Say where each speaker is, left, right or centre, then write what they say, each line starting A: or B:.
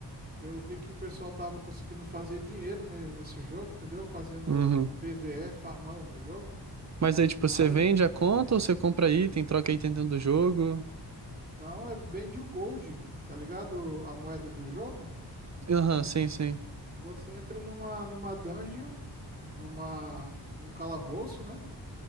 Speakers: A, on the right (about 20°); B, on the right (about 40°).
A: eu vi que o pessoal tava conseguindo fazer dinheiro ne- nesse jogo, entendeu? Fazendo
B: Uhum.
A: PvE, farmando no jogo.
B: Mas aí, tipo,
A: Aí,
B: você vende a conta ou você compra item, troca item dentro do jogo?
A: não, é, vende o gold, tá ligado? A moeda do jogo.
B: Aham, sim, sim.
A: Você entra numa, numa dungeon. numa um calabouço, né?